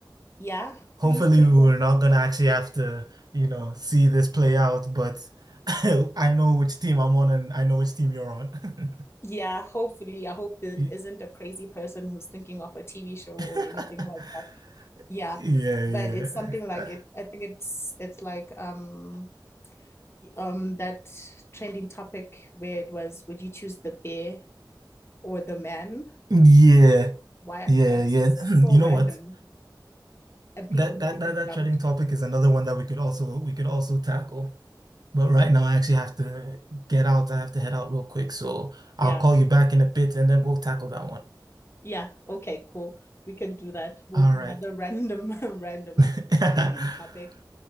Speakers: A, on the left; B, on the right.
A: yeah,
B: Hopefully,
A: please tell
B: we're not gonna actually have to, you know, see this play out, but <laughs> I know which team I'm on, and I know which team you're on. <laughs>
A: Yeah, hopefully. I hope there
B: Y-
A: isn't a crazy person who's thinking of a TV show or
B: <laughs>
A: anything like that. Yeah.
B: Yeah,
A: But
B: yeah.
A: it's something like it. I think it's it's like um um that trending topic where it was, would you choose the bear or the man?
B: Yeah,
A: Why
B: yeah,
A: like
B: yeah.
A: so
B: <clears throat> You
A: random
B: know what?
A: and people
B: That that
A: really
B: that that
A: jumped.
B: trending topic is another one that we could also we could also tackle. But right now, I actually have to get out. I have to head out real quick. So
A: Yeah.
B: I'll call you back in a bit and then we'll tackle that one.
A: Yeah. Okay, cool. We can do that. We'll
B: All
A: do
B: right.
A: another random <laughs> random
B: <laughs>
A: trending topic.